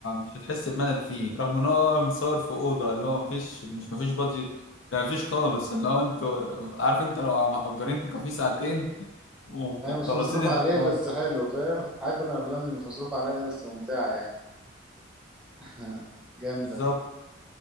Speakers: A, on the left (about 75°); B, in the centre.
A: مش هتحس بملل فيه رغم ان هو متصور في أوضة اللي هو مفيش مش مفيش بادجت ده مفيش خالص اللي هو انتوا عارف انت لو مأجرين كافيه ساعتين ومخلصين
B: هي مش مصروف
A: الحوار
B: عليه بس حلو فاهم حابب انا الافلام اللي مش مصروف عليها دي بس ممتعة يعني <laughs> جامدة
A: بالظبط